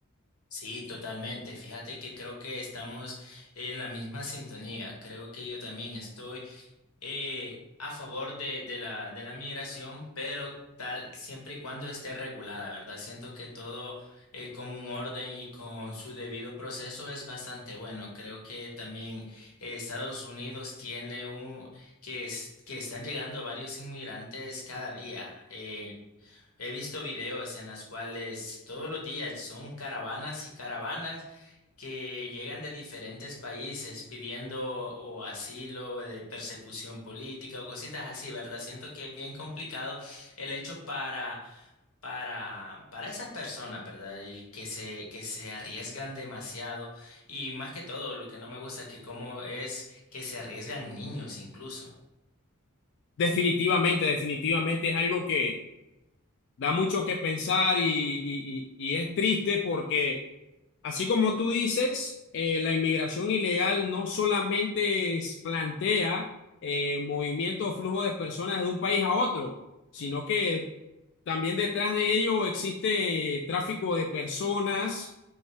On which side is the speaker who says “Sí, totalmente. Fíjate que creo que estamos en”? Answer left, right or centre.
Left